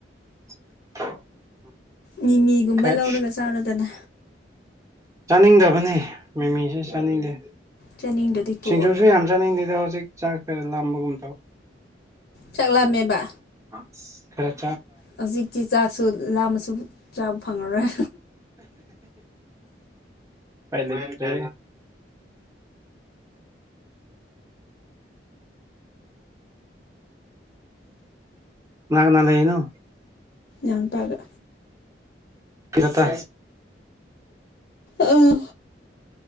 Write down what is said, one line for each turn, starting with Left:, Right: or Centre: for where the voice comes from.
Right: <unintelligible>
Left: ꯃꯤꯃꯤꯒꯨꯝꯕ
Right: ꯀꯥꯏ
Left: ꯂꯧꯔꯒ ꯆꯥꯔꯗꯅ
Right: ꯆꯥꯅꯤꯡꯗꯕꯅꯦ ꯃꯤꯃꯤꯁꯤ ꯆꯥꯅꯤꯡꯗꯦ
Left: ꯆꯥꯅꯤꯡꯗ꯭ꯔꯗꯤ ꯇꯣꯛꯑꯣꯅ
Right: ꯁꯤꯡꯖꯨꯁꯨ ꯌꯥꯝ ꯆꯥꯅꯤꯡꯗꯦꯗ ꯍꯧꯖꯤꯛ ꯍꯧꯖꯤꯛ ꯆꯥꯛ ꯐꯔꯦ ꯂꯥꯝꯕꯒꯨꯝ ꯇꯧ
Left: ꯆꯥꯛꯂ ꯃꯕ
Right: ꯍꯝ
Left: ꯍꯧꯖꯤꯛꯇꯤ ꯆꯥꯛꯁꯨ ꯂꯥꯝꯃꯁꯨ ꯆꯥꯎ ꯐꯪꯉꯔꯣꯏ
Right: ꯄꯥꯏ ꯈꯇ ꯅꯅꯥꯥꯛꯅ ꯂꯩꯅꯣ
Left: ꯆꯪ ꯄꯒ
Right: ꯄ
Left: ꯑꯥ